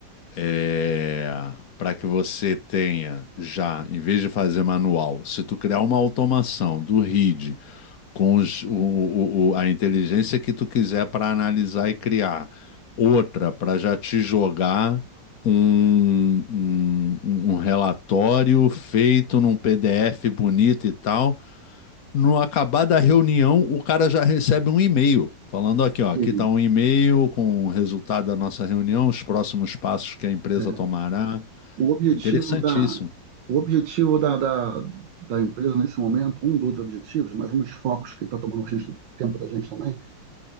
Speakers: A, on the left; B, on the right.
A: é, para que você tenha já, em vez de fazer manual, se tu criar uma automação do RID com os- o- o- o- a inteligência que tu quiser para analisar e criar, outra para já te jogar um, um um um relatório feito num PDF bonito e tal. No acabar da reunião, o cara já recebe um e-mail falando aqui, ó,
B: que,
A: aqui está um e-mail com o resultado da nossa reunião, os próximos passos que a empresa
B: é,
A: tomará.
B: O objetivo
A: Interessantíssimo.
B: da, o objetivo da, da, da empresa nesse momento, um dos objetivos, mas um dos focos que está tomando bastante tempo da gente também,